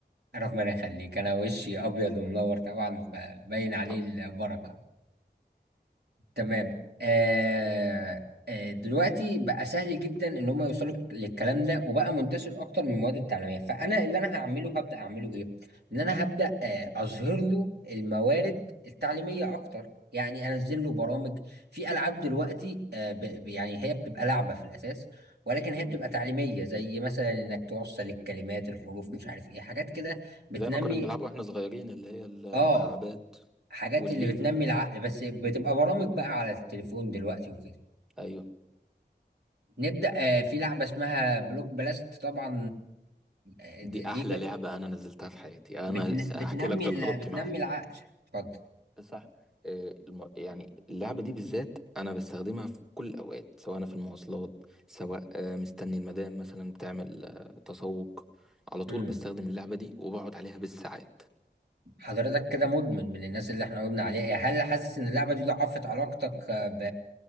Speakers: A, on the right; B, in the centre.
A: ربنا يخليك انا وشي ابيض ومنور طبعا فباين عليه
B: طبعا
A: البركه تمام آه آه دلوقتي بقى سهل جدا ان هم يوصلوا للكلام ده وبقى منتشر اكتر من المواد التعليميه فانا اللي انا هعمله هبدا اعمله ايه ان انا هبدا آه اظهر له الموارد التعليميه اكتر يعني انزل له برامج في العاب دلوقتي آه ب ب- يعني هي بتبقى لعبه في الاساس ولكن هي
B: تمام
A: بتبقى تعليميه زي مثلا انك توصل الكلمات الحروف مش عارف ايه حاجات كده بتنمي
B: زي ما كنا بنلعبها واحنا صغيرين اللي هي المكعبات
A: اه حاجات
B: والليجو
A: اللي بتنمي العقل بس بتبقى برامج بقى على التليفون دلوقتي وكده
B: أيوه
A: نبدأ آه، في لعبة اسمها بلوك بلاست طبعا آه،
B: دي
A: دي
B: أحلى
A: ب-
B: لعبة أنا نزلتها في حياتي
A: بتن...
B: أنا
A: بتنمي
B: هحكي لك تجربتي
A: ال... بتنمي
B: معاها
A: العقل اتفضل
B: صح آه، الم- يعني اللعبة دي بالذات أنا بستخدمها في كل الأوقات سواء أنا في المواصلات سواء آه، مستني المدام مثلا بتعمل آه، تسوق على طول
A: امم
B: بستخدم اللعبة دي وبقعد عليها بالساعات
A: حضرتك كده مدمن من الناس اللي احنا قلنا عليها إيه، هل حاسس ان اللعبة دي ضعفت علاقتك آه، ب...